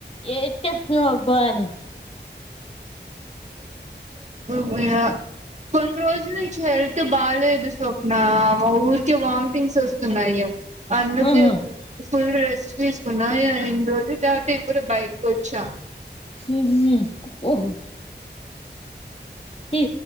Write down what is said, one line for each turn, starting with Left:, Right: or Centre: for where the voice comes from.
Left: ఏ టెక్నో భారత్
Right: ఉన్న కొన్ని రోజులు నుంచి హెల్త్ బాలేదు స్వప్నా ఆ ఊరికే వార్మిటింగ్స్ వస్తున్నాయి అందుకే
Left: ఆహా
Right: ఫుల్ రెస్ట్ తీసుకున్నా ఆ ఎన్ని రోజు కాబట్టి ఇప్పుడు బయటికివచ్చ
Left: ఉహు ఊగు ఎ